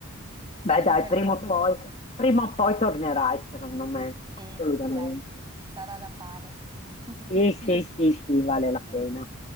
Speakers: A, on the right; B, on the left.
A: sarebbe
B: Beh, dai,
A: bello
B: prima
A: tornare.
B: o poi, prima o poi tornerai, secondo me, assolutamente.
A: Sì, sì, dai, sarà da fare. <laughs>
B: Sì, sì, sì, sì, vale la
A: E,
B: pena.